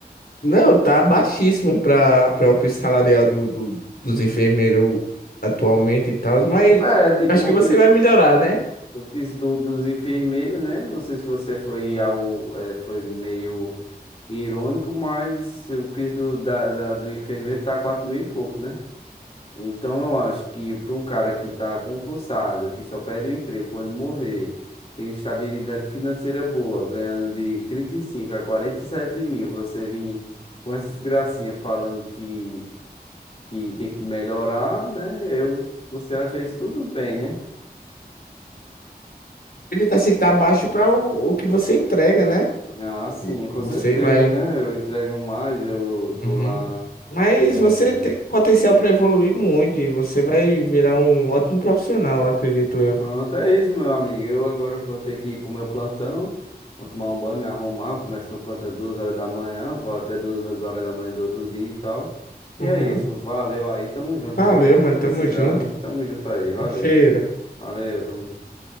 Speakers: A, on the left; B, on the left.
A: Não, tá baixíssimo pra, pra o salarial do, do- dos enfermeiros atualmente e tal, mas
B: É, tipo,
A: acho que você vai melhorar, né?
B: O piso do- dos enfermeiros, né? Não sei se você foi ao, eh, foi meio irônico, mas o piso do, da, da- do enfermeiro tá quatro mil e pouco, né? Então eu acho que para um cara que tá concursado, que só perde o emprego quando morrer, tem uma estabilidade financeira boa, ganhando de 35 a 47 mil, você vir com essas gracinhas falando que, que tem que melhorar, né? Eu, você acha isso tudo bem, né?
A: Ele tá assim que tá baixo pra o, o que você entrega, né?
B: Ah, sim, com
A: Você
B: certeza,
A: vai.
B: né? Eu entrego mais, eu tô
A: Uhum.
B: lá.
A: Mas
B: é,
A: você tem potencial para evoluir muito e você vai virar um ótimo profissional, acredito eu.
B: Pronto, é isso, meu amigo. Eu agora vou ter que ir pro meu plantão. Vou tomar um banho, me arrumar. Eu começo meu plantão duas horas da manhã. Vou até duas horas da manhã do outro dia e tal. E
A: Uhum.
B: é isso. Valeu aí, tamo junto,
A: Valeu,
B: viu?
A: mano.
B: Precisando,
A: Tamo junto.
B: tamo junto aí. Valeu.
A: Um cheiro.
B: Valeu, tamo junto.